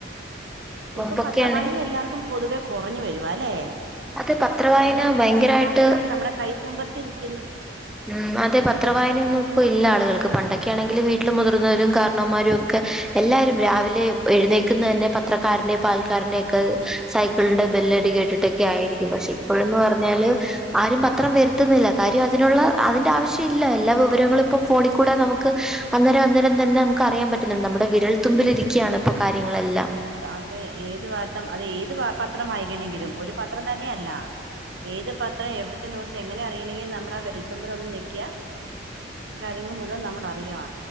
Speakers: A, in the centre; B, on the right.
A: മുമ്പൊക്കെയാണ്
B: ഇപ്പൊ പത്ര വായന എല്ലാർക്കും പൊതുവേ കൊറഞ്ഞു വരുവാലേ
A: അത് പത്രവായന
B: എല്ലാ ന്യൂസ
A: ഭയങ്കരായിട്ട്
B: എല്ലാം ഫോണിൽ നമ്മടെ കൈത്തുമ്പത്തിരിക്കുന്നു
A: ഉം അതെ പത്ര വായനൊന്നും ഇപ്പൊ ഇല്ല ആളുകൾക്ക് പണ്ടൊക്കൊണെങ്കിൽ വീട്ടിൽ മുതിർന്നവരും കാരണവമാരും. <unintelligible> എല്ലാരും രാവിലെ എഴുന്നേക്കുന്നന്നെ പത്രക്കാരന്റെ പാൽക്കാരന്റെക്കെ സൈക്കിളിന്റെ ബെല്ലടി കേട്ടിട്ടൊക്കെ ആയിരിക്കും പക്ഷെ ഇപ്പോഴന്ന് പറഞ്ഞാല് ആരും പത്രം വരുത്തുന്നില്ല കാര്യം അതിനുള്ള അതിന്റെ ആവശ്യം ഇല്ല എല്ലാ വിവരങ്ങളും ഇപ്പം ഫോണിക്കൂടെ നമുക്ക് അന്നേരം അന്നേരം തന്നെ നമുക്ക് അറിയാൻ പറ്റുന്നുണ്ട് നമ്മുടെ വിരൽ ത്തുമ്പിലിരിക്യാണ് ഇപ്പോ കാര്യങ്ങളെല്ലാം.
B: വെല്ത് അതെ ഏത് വാർത്തം അത് ഏത് പത്രം വായിക്കണെങ്കിലും ഒരു പത്രം തന്നെയ അല്ല. ഏത് പത്രം എവിടുത്തെ ന്യുസ് എങ്ങന അറിയണെങ്കി നമ്മടെ ആഹ് വെരൽത്തുമ്പിലൊന്ന് ഞെക്യ. കാര്യങ്ങൾ മുഴുവൻ നമ്മൾ അറിയാ.